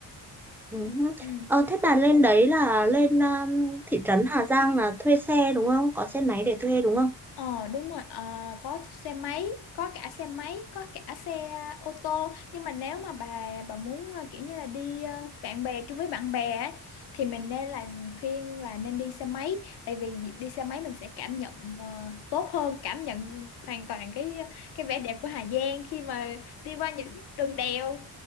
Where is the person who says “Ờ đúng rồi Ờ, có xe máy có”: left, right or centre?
Left